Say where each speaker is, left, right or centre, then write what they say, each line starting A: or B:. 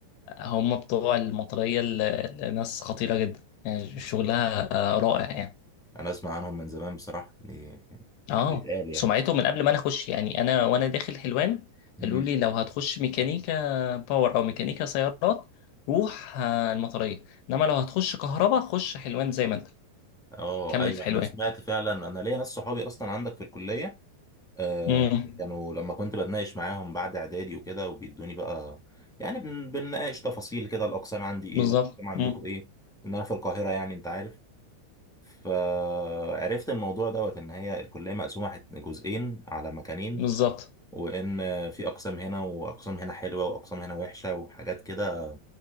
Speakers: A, on the left; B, in the centre.
A: هم بتوع المطريه ال- الناس خطيره جدا يعني شغلها آه، رائع يعني
B: انا اسمع عنهم من زمان بصراحة يعني
A: اه
B: حق يتقال يعني
A: سمعته من قبل ما انا اخش يعني انا وانا داخل حلوان
B: امم
A: قالوا لي لو هتخش ميكانيكا باور او ميكانيكا سيارات روح آه، المطريه انما لو هتخش كهرباء خش حلوان زي ما انت
B: اه
A: كمل
B: ايوه
A: في حلوان
B: انا سمعت فعلا انا ليا ناس صحابي اصلا عندك في الكلية آه،
A: امم
B: كانوا لما كنت بتناقش معاهم بعد اعدادي وكده وبيدوني بقى يعني بن- بنناقش تفاصيل كده الاقسام عندي ايه
A: بالظبط
B: والاقسام عندكم
A: امم
B: ايه ان انا في القاهره يعني انت عارف فعرفت الموضوع دوت ان هي الكليه مقسومه حت- جزئين على مكانين
A: بالظبط
B: وان في اقسام هنا واقسام هنا حلوه واقسام هنا وحشه وحاجات كده